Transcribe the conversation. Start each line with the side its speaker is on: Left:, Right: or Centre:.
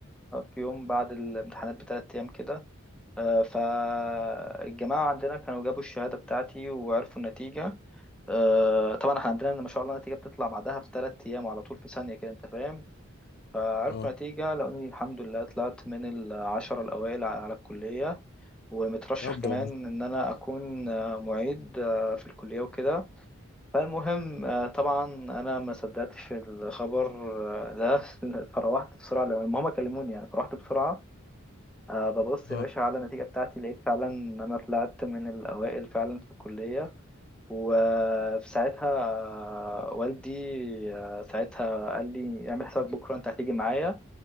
Centre: في يوم بعد الامتحانات بثلاث أيام كده آه فالجماعة عندنا كانوا جابوا الشهادة بتاعتي وعرفوا النتيجة آه طبعا احنا عندنا ما شاء الله النتيجة بتطلع بعدها بثلاث أيام وعلى طول في ثانية كده أنت فاهم فعرفوا
Left: آه.
Centre: نتيجة لقوني الحمد لله طلعت من العشرة الأوائل على الكلية ومترشح
Left: بجد
Centre: كمان
Left: والله
Centre: إن أنا أكون آه، معيد آه، في الكلية وكده فالمهم آه، طبعا أنا ما صدقتش الخبر آه، ده <laughs> فروحت بسرعة لو هما كلموني يعني فروحت بسرعة آه، ببص
Left: اه
Centre: يا باشا على النتيجة بتاعتي لقيت فعلا إن أنا طلعت من الأوائل فعلا في الكلية وفي ساعتها آه، والدي آه، ساعتها قال لي اعمل حسابك بكرة أنت هتيجي معايا